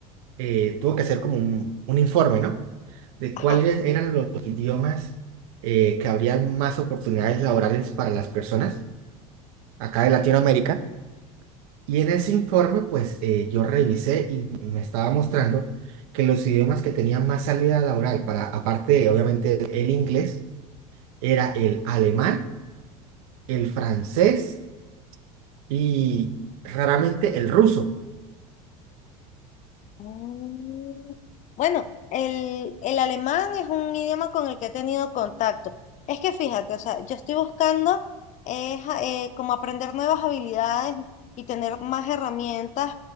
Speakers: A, on the right; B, on the left.
A: eh, tuvo que hacer como un, un informe, ¿no? De
B: Ajá.
A: cuáles eran los idiomas eh, que habrían más oportunidades laborales para las personas acá de Latinoamérica. Y en ese informe, pues eh, yo revisé y me estaba mostrando que los idiomas que tenían más salida laboral para, aparte, obviamente, el inglés, era el alemán, el francés y raramente el ruso.
B: Mm, Bueno, el, el alemán es un idioma con el que he tenido contacto. Es que fíjate, o sea, yo estoy buscando es, a- eh, como aprender nuevas habilidades y tener más herramientas